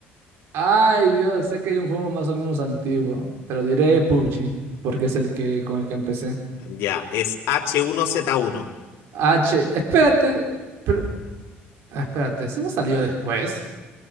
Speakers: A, on the right; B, on the left.
A: Ay, Dios, sé que hay un juego más o menos antiguo, pero diré PUBG, porque es el que con el que empecé.
B: Ya, es H1Z1.
A: H, espérate, pero, ah, espérate, ¿ese no salió después?